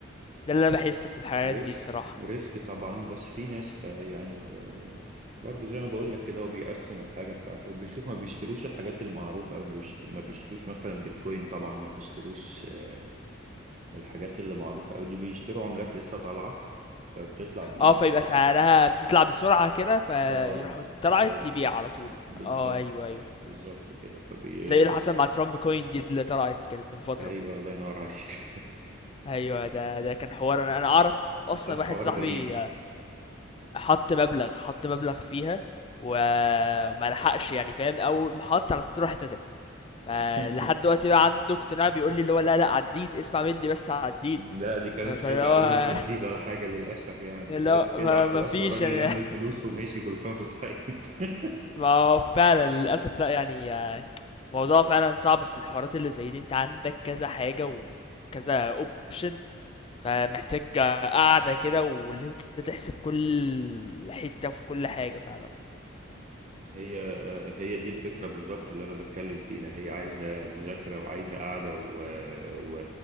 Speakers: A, on the left; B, on the right.
A: ده اللي انا بحس في الحاجات
B: ريسك
A: دي الصراحه
B: ريسك طبعا بس في ناس ب... يعني ب... برضه زي ما بقول لك كده هو بيقسم الحاجة بتاعته وبيشوف ما بيشتروش الحاجات المعروفة أو بيشت... ما بيشتروش مثلا بيتكوين طبعا ما بيشتروش آه، الحاجات اللي معروفة أوي دي بيشتروا عملات لسه طالعة فبتطلع بقيمة
A: اه فيبقى
B: قليلة.
A: سعرها بتطلع بسرعه كده فيروحوا
B: اه
A: طلعت
B: ف-
A: تبيع على طول
B: بالظبط
A: اه ايوه ايوه
B: بالظبط كده فبي
A: زي اللي حصل مع ترامب كوين دي اللي طلعت كانت من فتره
B: أيوه الله ينور عليك
A: ايوه ده ده كان حوار انا انا اعرف
B: <laughs>
A: اصلا
B: كان
A: واحد
B: حوار
A: صاحبي
B: غريب
A: حط مبلغ حط مبلغ فيها وما لحقش يعني فاهم اول ما حط على طول راحت نزلت فلحد
B: <laughs>
A: دلوقتي بقى عنده اقتناع بيقول لي اللي هو لا لا هتزيد اسمع مني بس هتزيد
B: لا دي كانت
A: ف- فاللي
B: خدعة
A: هو
B: أقول له مش هتزيد ولا حاجة للأسف يعني
A: <laughs> اللي
B: كانت
A: هو ما
B: خدعة خلاص
A: ما فيش
B: والراجل
A: يعني
B: لم الفلوس ومشي كل سنة وأنت طيب <laughs>
A: <laughs> ما هو فعلا للاسف لا يعني آه، موضوع فعلا صعب في الحوارات اللي زي دي انت عندك كذا حاجة وكذا اوبشن فمحتاج قاعدة كده واللي انت تحسب كل حتة في كل حاجة فعلا
B: هي هي دي الفكرة بالظبط اللي أنا بتكلم فيها هي عايزة مذاكرة وعايزة قعدة و... و...